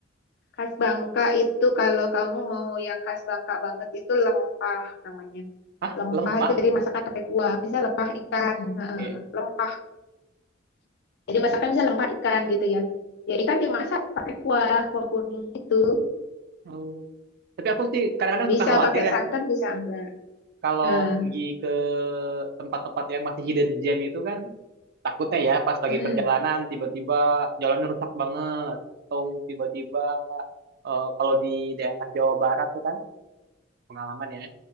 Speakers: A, on the left (about 55°); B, on the right (about 50°).
A: khas Bangka itu kalau kamu mau yang khas Bangka banget itu lempah namanya
B: Hah,
A: lempah
B: lempah.
A: itu jadi masakan pakai kuah misal lempah ikan Heeh.
B: Oke.
A: lempah Jadi masakan bisa lempak ikan gitu ya. Ya ikan dimasak pakai kuah, kuah kuning gitu.
B: Oh. Tapi aku sih kadang-kadang
A: Bisa
B: suka khawatir
A: pakai
B: ya
A: santan, bisa enggak.
B: kalau
A: Eh,
B: pergi ke tempat-tempat yang masih hidden gem itu kan takutnya ya pas lagi
A: mm,
B: perjalanan tiba-tiba jalannya rusak banget atau tiba-tiba eh, kalau di daerah Jawa Barat tuh kan pengalaman ya